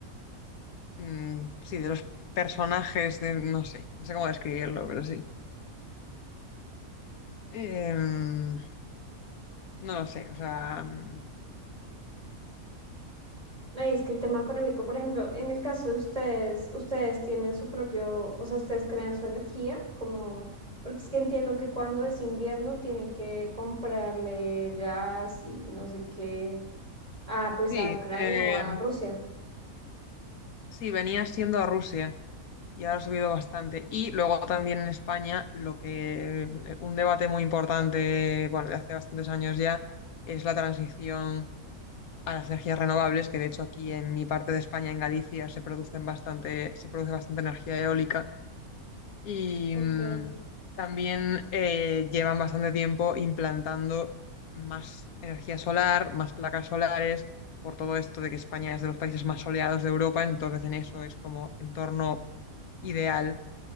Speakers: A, on the left (about 75°); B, on the right (about 25°).
A: mm, sí, de los personajes, de, no sé, no sé cómo describirlo, pero sí. Em, no lo sé, o sea, mm,
B: No, y es que el tema económico, por ejemplo, en el caso de ustedes, ustedes tienen su propio, o sea, ustedes crean su energía, como, porque es que entiendo que cuando es invierno tienen que comprarle gas y no sé qué, ah, pues
A: sí,
B: a Ucrania
A: em,
B: o a Rusia.
A: sí, venía siendo a Rusia y ahora ha subido bastante. Y luego también en España, lo que, eh, un debate muy importante, bueno, de hace bastantes años ya, es la transición a las energías renovables, que de hecho aquí en mi parte de España, en Galicia, se producen bastante, se produce bastante energía eólica Y
B: Ok,
A: mm, también eh, llevan bastante tiempo implantando más energía solar, más placas solares, por todo esto de que España es de los países más soleados de Europa, entonces en eso es como entorno ideal